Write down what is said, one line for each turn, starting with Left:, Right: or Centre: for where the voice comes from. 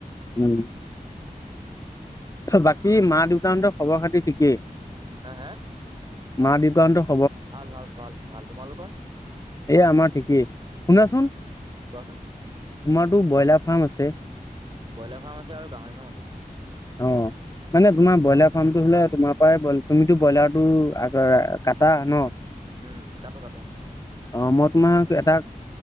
Left: উম বা কী মা দেউতাহঁতৰ খবৰ খাতি ঠিকেই
Right: হা, হা
Left: মা দেউতাহঁতক
Right: ভাল ভাল ভাল ভাল তোমালোকৰ
Left: এ আমাৰ ঠিকেই শুনাচোন
Right: উম,
Left: তোমাৰতো
Right: কোৱাচোন
Left: ব্ৰইলাৰ ফাৰ্ম আছে
Right: ব্ৰইলাৰ ফাৰ্ম আছে আৰু গাহৰি ফাৰ্ম আছে মোৰ
Left: অ মানে তোমাৰ ব্ৰইলাৰ ফাৰ্মটো হলে তোমাৰ পৰাই তুমি ব্ৰইলাটো কাটা ন
Right: উম কাটো কাটো
Left: অ মই তোমাৰ এটা